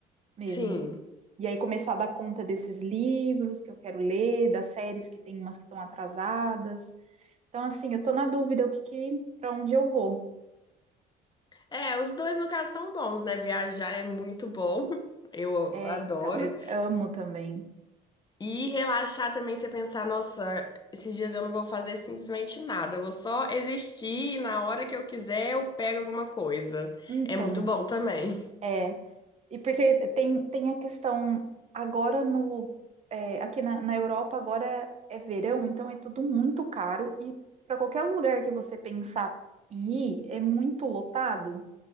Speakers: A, on the right; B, on the left.
A: mesmo.
B: Sim.
A: E aí começar a dar conta desses livros que eu quero ler, das séries que tem umas que estão atrasadas. Então, assim, eu tô na dúvida o que que, para onde eu vou.
B: É, os dois, no caso, são bons, né? Viajar é muito bom. <laughs> Eu
A: É,
B: adoro.
A: então, eu amo também.
B: E relaxar também, você pensar, nossa, esses dias eu não vou fazer simplesmente nada. Eu vou só existir e na hora que eu quiser eu pego alguma coisa.
A: Então,
B: É muito bom também.
A: é. E porque tem, tem a questão agora no é, aqui na, na Europa agora é verão, então é tudo muito caro e para qualquer lugar que você pensar em ir é muito lotado.